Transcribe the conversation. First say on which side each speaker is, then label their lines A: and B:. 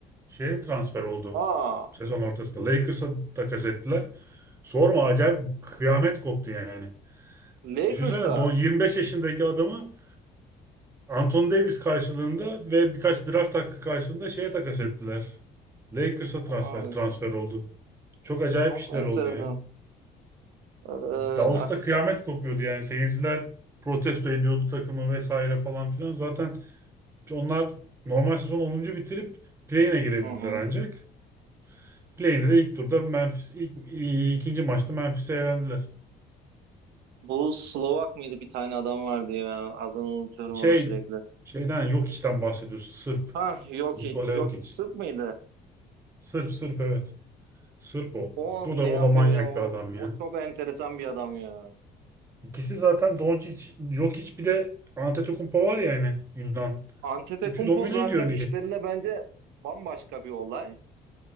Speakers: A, on the right (about 15°); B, on the right (about 75°).
A: Şeye transfer oldu.
B: Aa,
A: Sezon ortasında. Lakers'a takas ettiler. Sorma acayip kıyamet koptu yani.
B: Lakers'ta
A: Düşünsene Don 25 yaşındaki adamı Anthony Davis karşılığında ve birkaç draft hakkı karşılığında şeye takas ettiler. Lakers'a transfer,
B: Aa,
A: transfer oldu. Çok acayip
B: çok
A: işler
B: enteresan.
A: oldu ya.
B: E,
A: Dallas'ta kıyamet kopuyordu yani. Seyirciler protesto ediyordu takımı vesaire falan filan. Zaten onlar normal sezon 10. bitirip play-in'e girebildiler
B: hı hı.
A: ancak. Play-in'de de ilk turda Memphis, ilk, i- ikinci maçta Memphis'e elendiler.
B: Bu Slovak mıydı bir tane adam vardı ya. Adını unutuyorum
A: Şey,
B: onu sürekli.
A: şeyden yok işten bahsediyorsun. Sırp.
B: Ha Jokic.
A: Nikola
B: Jokic
A: Jokic.
B: Sırp mıydı?
A: Sırp Sırp evet. Sırp o.
B: O
A: Bu
B: ne
A: da,
B: yapıyor
A: o da manyak
B: ya? O,
A: bir adam ya.
B: o çok enteresan bir adam ya.
A: İkisi zaten Doncic, Jokic bir de Antetokounmpo var ya yani Yunan.
B: Antetokounmpo
A: Üçü domine
B: zaten
A: ediyor
B: işlerinde
A: ligi.
B: bence bambaşka bir olay.